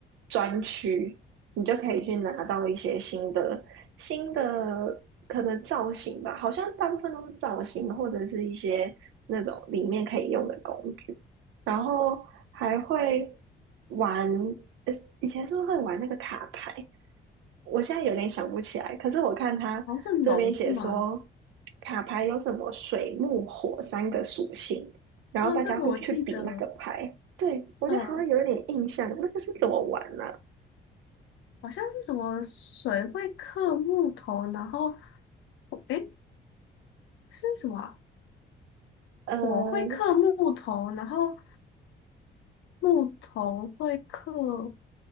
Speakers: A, on the right; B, on the left.
A: 专区，你就可以去拿到一些新的新的可能造型吧，好像大部分都是造型或者是一些那种里面可以用的工具。然后还会玩，呃，以前是不是会玩那个卡牌？我现在有点想不起来。可是我看他这边写说，
B: 好像是龙是吗？
A: 卡牌有什么水、木、火三个属性，然后大家会去比那个牌。
B: 啊，这个我记得，
A: 对，我觉得好像有一点印象，
B: 嗯，
A: 那个是怎么玩呢、
B: 好像是什么水会克木头，然后。哎，是什么啊？
A: 呃，
B: 火会克木头，然后木头会克